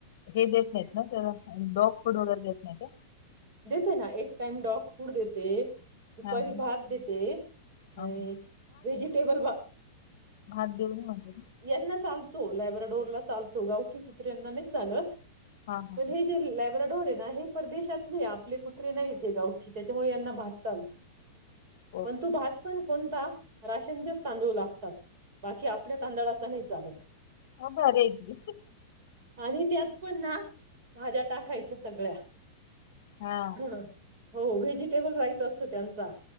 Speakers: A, on the left; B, on the right.
A: हे देत नाहीत ना डॉग फूड वगैरे देत नाहीत का
B: देते ना एक टाइम डॉग फूड देते दुपारी
A: हा हा
B: भात देत अ
A: हा हा.
B: वेजिटेबल
A: हात देऊन म्हझ
B: यांना चालतो लबरडोरीला चालतो गावठी कुत्र्यांना नाही चालत
A: हा हा
B: पण
A: हा.
B: हे बराडोरे ना आहे परदेशात आपले कुत्रे नाहीत हे गावठी त्याच्यामुळे यांना भात चालतो
A: ओके.
B: पण तू भात पण कोणता राशनचेच तांदू लाग बाकी आपल्या तांदळाचा नाही चालत
A: हा भारी आहे की
B: आणि त्यात पण ना भाज्या टाकायच्या सगळ्या
A: हा
B: ह हो व्हेजिटेबल राईस असतो त्यांचा